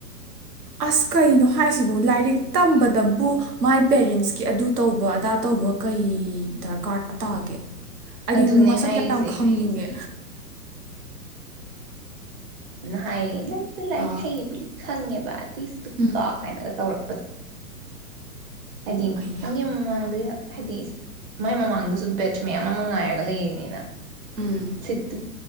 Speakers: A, on the right; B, on the right.
A: ꯑꯁ ꯀꯩꯅꯣ ꯍꯥꯏꯁꯤꯕꯨ ꯂꯥꯏꯔꯤꯛ ꯇꯝꯕꯗ ꯕꯨ ꯃꯥꯏ ꯄꯦꯔꯦꯟꯁꯀꯤ ꯑꯗꯨ ꯇꯧꯕ ꯑꯗꯥ ꯇꯧꯕ ꯀꯩ ꯗꯔꯀꯥꯔ ꯇꯥꯒꯦ ꯑꯩꯗꯤ
B: ꯑꯗꯨꯅꯦ
A: ꯃꯁꯛꯇ‌ꯣ
B: ꯍꯥꯏꯔꯤꯁꯦ
A: ꯌꯥꯝ ꯈꯪꯅꯤꯡꯉꯦ
B: ꯍꯥꯏ ꯅꯪꯁꯨꯦ ꯂꯥꯏꯔꯤꯛ
A: ꯑꯥ
B: ꯍꯩꯌꯦꯕꯨꯗꯤ ꯈꯪꯉꯦꯕ ꯇꯣꯁꯨꯀꯣ
A: ꯎꯝ
B: ꯀꯥꯏꯅꯒ ꯇꯧꯔꯛ ꯑꯗ ꯍꯥꯏꯗꯤ
A: ꯑꯩꯌꯥ
B: ꯑꯩꯗꯤ ꯃꯥꯋꯥ ꯂꯧꯗꯦ ꯍꯥꯏꯗꯤ ꯃꯥꯏ ꯃꯃꯥꯡꯗꯁꯨ ꯕꯦꯠꯁ ꯃꯌꯥꯝ ꯑꯃ ꯉꯥꯏꯔꯒ ꯂꯩꯔꯤꯅꯤꯅ
A: ꯎꯝ
B: ꯁꯤꯠꯇꯨ